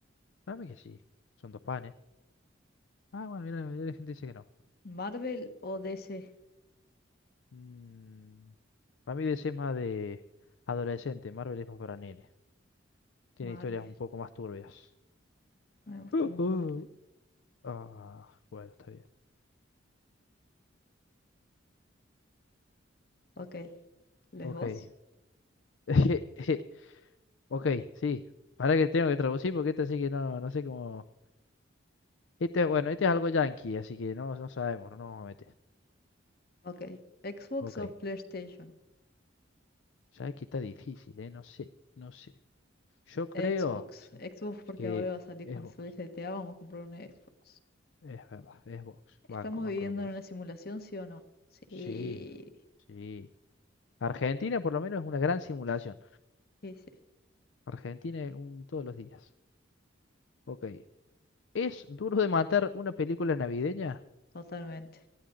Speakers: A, on the left; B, on the left.
A: Para mí que sí. Son dos panes. Ah, bueno, mira, la mayoría de la gente dice que no.
B: ¿Marvel o DC?
A: Mm, para mí DC es más de adolescente, Marvel es más para nenes. Tiene
B: Marvel.
A: historias un poco más turbias.
B: Me gustamos
A: Uh, uh.
B: Marvel.
A: Ah, bueno, está bien.
B: Ok. ¿Les
A: Ok.
B: vos?
A: <laughs> Ok, sí. Para que tengo que traducir porque este sí que no, no sé cómo. Este, bueno, este es algo yankee, así que no, no sabemos, no nos vamos a meter.
B: Ok. ¿Xbox
A: Ok.
B: o PlayStation?
A: Ya que está difícil, ¿eh? No sé, no sé. Yo creo
B: Xbox.
A: sí,
B: Xbox porque
A: que
B: ahora va a salir
A: es
B: cuando
A: Vox.
B: sale GTA, vamos a comprar una Xbox.
A: Es verdad, es Vox.
B: ¿Estamos
A: Banco, banco
B: viviendo
A: lo que
B: en
A: es.
B: una simulación, sí o no? Sí.
A: Sí, sí. Argentina por lo menos es una gran simulación.
B: Sí, sí,
A: Argentina es un todos los días. Ok. ¿Es duro de matar una película navideña?
B: totalmente.